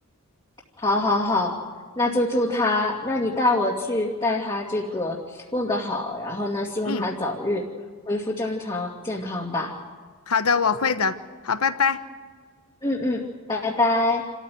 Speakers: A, on the left; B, on the left.
A: 好，好，好，那就祝他，那你带我去带他这个问个好，然后呢，希望他早日恢复正常健康吧。
B: 嗯，好的，我会的。好，拜拜。
A: 嗯嗯，拜拜。